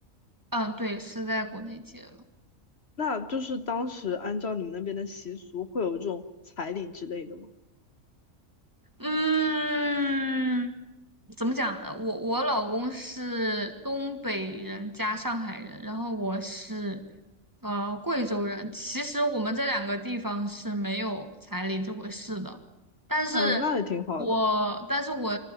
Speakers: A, on the right; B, on the left.
A: 嗯，对，是在国内结。
B: 那就是当时按照你们那边的习俗，会有这种彩礼之类的吗？
A: 嗯，怎么讲呢？我我老公是东北人加上海人，然后我是呃贵州人。其实我们这两个地方是没有彩礼这回事的。但是
B: 嗯、那也挺好的。
A: 我但是我